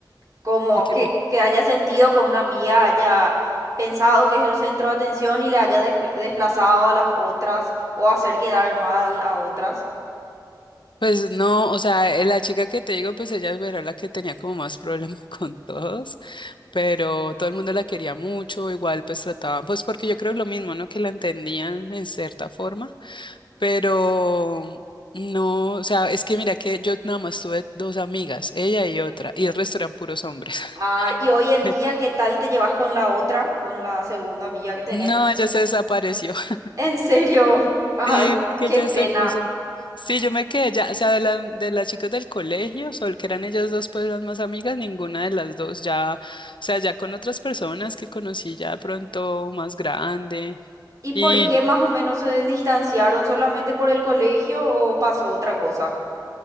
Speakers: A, on the right; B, on the left.
A: como
B: de que
A: que,
B: me,
A: que haya sentido que una amiga haya pensado que es el centro de atención y le haya despl- desplazado a las otras o hacer quedar mal a otras.
B: pues no, o sea, eh, la chica que te digo, pues ella era la que tenía como más problemas <laughs> con todos, pero todo el mundo la quería mucho, igual pues trataban, pues porque yo creo lo mismo, ¿no? Que la entendían en cierta forma, pero... No, o sea, es que mira que yo nada más tuve dos amigas, ella y otra, y el resto eran puros hombres.
A: Ah, y hoy en
B: <laughs>
A: día, ¿qué tal te llevas con la otra, con la segunda amiga que tenés?
B: No, ella se desapareció. <laughs>
A: En serio, <laughs> ay,
B: Sí, porque
A: qué
B: ella
A: pena.
B: se puso. Sí, yo me quedé ya, o sea, de, la- de las chicas del colegio, sol que eran ellas dos pues las más amigas, ninguna de las dos ya, o sea, ya con otras personas que conocí ya de pronto más grande.
A: ¿Y por
B: Y
A: qué más o menos se distanciaron? ¿Solamente por el colegio o pasó otra cosa?